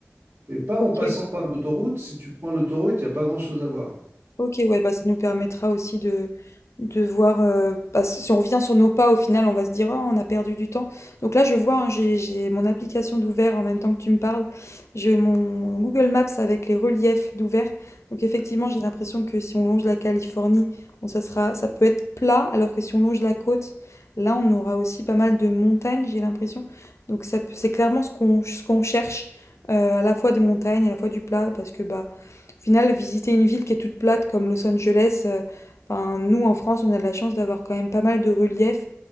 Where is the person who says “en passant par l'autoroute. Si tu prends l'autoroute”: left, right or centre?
Right